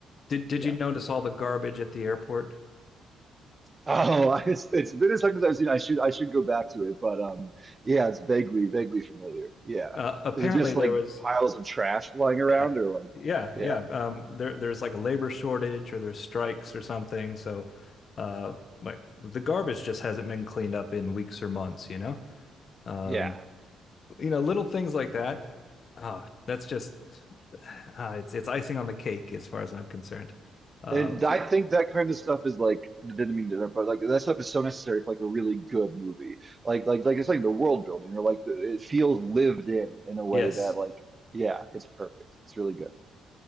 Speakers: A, on the left; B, on the right.
A: Did did
B: yeah
A: you notice all the garbage at the airport?
B: Oh, <laughs> it's it's been as long as I've seen. I should I should go back to it, but um, yeah, it's vaguely vaguely familiar. Yeah,
A: Uh, apparently
B: is it just
A: there
B: like
A: was
B: piles of trash flying around,
A: yeah,
B: or like,
A: yeah,
B: yeah,
A: yeah. Um, there there's like a labor shortage or there's strikes or something. So, uh, like the garbage just hasn't been cleaned up in weeks or months, you know? Um,
B: yeah.
A: you know, little things like that. Uh, that's just uh, it's it's icing on the cake as far as I'm concerned. Uh,
B: And
A: Okay.
B: I think that kind of stuff is like didn't mean to, interrupt, but like that stuff is so necessary for like a really good movie. Like like like it's like the world building, or like the, it feels lived in in a way
A: yes,
B: that like yeah, it's perfect. It's really good.